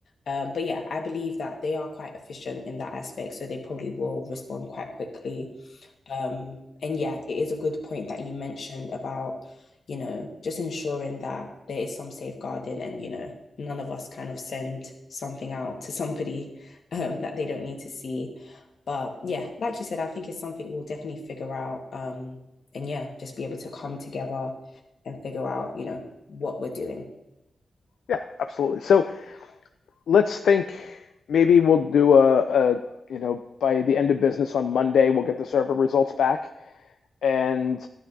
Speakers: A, on the left; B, on the left.
A: Um, but yeah, I believe that they are quite efficient in that aspect, so they probably will respond quite quickly. Um, and yeah, it is a good point that you mentioned about, you know, just ensuring that there is some safeguarding and, you know, none of us kind of send something out to somebody <laughs> um, that they don't need to see. But yeah, like you said, I think it's something we'll definitely figure out. Um, and yeah, just be able to come together and figure out, you know, what we're doing.
B: Yeah, absolutely. So let's think maybe we'll do a, a, you know, by the end of business on Monday, we'll get the survey results back And